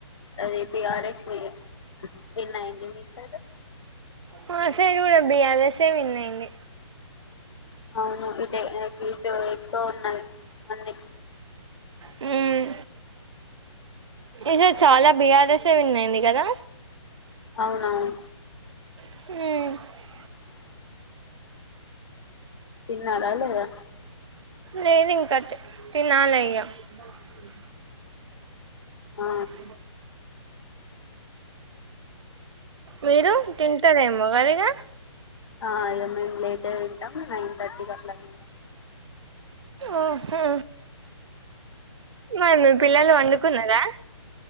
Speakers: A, on the left; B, on the right.
A: ఆ B R S win. Win అయింది మీ సైడ్.
B: మా సైడ్ కూడా బిఆర్ఎస్ విన్నాయింది.
A: అవును ఇది ఇటు ఎక్కువ ఉన్నాయి అన్న.
B: హ్మ్ ఇధి చాలా బీఆర్ఎస్ విన్నాయింది కదా.
A: అవును అవును.
B: ఉమ్
A: చుక్ చుక్. తిన్నారా లేదా.
B: లేదు ఇంకా తి తినాలే ఇగ. నువ్ ఆగ లేదా
A: ఆ
B: దుప మీరు తింటారేమో గదా ఇగ.
A: ఆ ఇగ మేము లేట్. ఇగ తింటాం నైన్ థర్టీకి అట్లా తింటాం.
B: ఆహో మరి మీ పిల్లలు వండుకున్నరా